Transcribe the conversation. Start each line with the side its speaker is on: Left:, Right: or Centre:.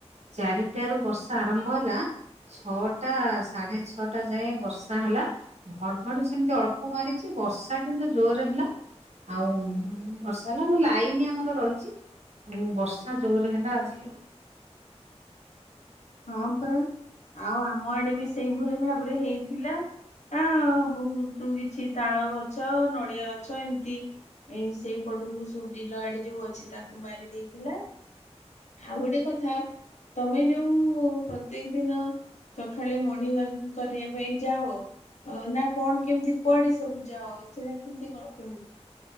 Right: ଚାରିଟାରୁ ବର୍ଷା ଆରମ୍ଭ ହେଲା ଛଅଟା ସାଢେ ଛଅଟା ଯାଏଁ ବର୍ଷା ହେଲା। ଘଡଘଡି ସେମିତି ଅଳ୍ପ ମାରିଛି ବର୍ଷା କିନ୍ତୁ ଜୋର ହେଲା। ଆଉ ବର୍ଷା ହେଲା ମୁଁ ଲାଇନି ଆମର ରହିଛି ବର୍ଷା ଜୋରରେ ହେଲା ଆଜି
Left: ହଁ ପରା ଆଉ ଆମ ଆଡେ ବି ସେଇଭଳି ଭାବରେ ହେଇଥିଲା। ଆ ବହୁତ କିଛି ତାଳ ଗଛ ନଡିଆ ଗଛ ଏମିତି ଏଇ ସେଇପଟକୁ ସବୁ ବିଲ ଆଡେ ଯୋଉ ଅଛି ତାକୁ ମାରି ଦେଇଥିଲା। ଆଉ ଗୋଟେ କଥା ତମେ ଯୋଉ ମୁଁ ପ୍ରତ୍ୟକ ଦିନ ସକାଳେ ମର୍ଣ୍ଣିଂ ୱାକ କରିବା ପାଇଁ ଯାଅ ଅ ନା କଣ କେମିତି କୁଆଡେ ସବୁ ଯାଅ ସେଟା କେମିତି କଣ କହିବି?